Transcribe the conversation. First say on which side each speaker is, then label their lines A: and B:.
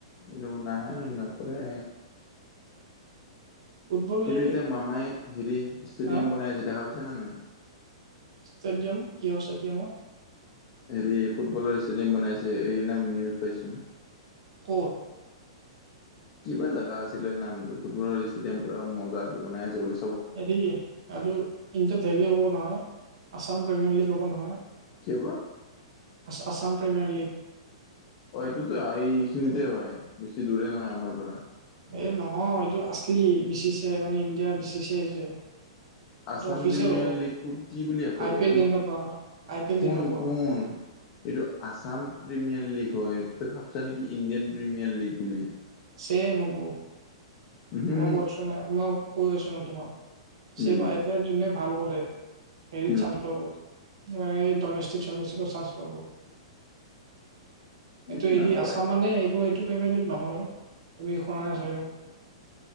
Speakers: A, on the left (about 30°); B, on the right (about 70°).
A: কিন্তু নাই নকৰে।
B: ফুটবল
A: কিন্তু
B: এই
A: এতিয়া মামাই হেৰি, ষ্টেডিয়াম
B: হা
A: বনাই আছে দেখা পাইছা নে নাই?
B: ষ্টেডিয়াম, কিহৰ ষ্টেডিয়াম ও।
A: হেৰি ফুটবলৰ ষ্টেডিয়াম বনাই আছে, এই সেইদিনা খন‌ নিউজত পাইছোঁ।
B: ক'ত?
A: কিবা জাগা আছিলে, নামটো ফুটবলৰ ষ্টেডিয়াম পুৰা মজা কে বনাই আছে বুলি
B: হেৰি, আৰু <unintelligible> হেৰি হ'ব নহয় আছাম পেমেণ্ট লিক হ'ব নহয়।
A: কিবা হ'ব।
B: আ আছাম প্ৰিমিয়াৰ লীগ।
A: অ', এইটোতো এই খিনিতে হয়, বেছি দূৰে নহয় আমাৰ পৰা।
B: এই নহয় এইটো আছিলি, বি চি চি মানে ইণ্ডিয়াৰ বি চি চি যে এইটো
A: আছাম
B: অফিচিয়েল
A: প্ৰিমিয়াৰ
B: হ'ব
A: লীগটোক, কি বুলি আছে
B: আই
A: ত
B: পি
A: এইটো
B: এল যেনেকুৱা আই পি এল
A: শুন,
B: যেনেকুৱা
A: শুন। এইটো আসাম প্ৰিমিয়াৰ লীগ হয়, তই ভাবছা নেকি ইণ্ডিয়ান প্ৰিমিয়াৰ লীগ বুলি?
B: চেম হ'ব।
A: উহু
B: মই
A: হু
B: কৈ আছো না, মই কৈ আছো ন তোমাক সেই
A: উম
B: <unintelligible> যোনে ভাল কৰে হেৰিত
A: উম
B: চান্স পাব, মানে ডমেষ্টিক চমেষ্টিকত চান্স পাব। এইটো
A: এ
B: হেৰি
A: নাপায়
B: আছা মানে, এইবোৰ এইটো পেমেণ্ট নহয় তুমি শুনা নাই চাগে।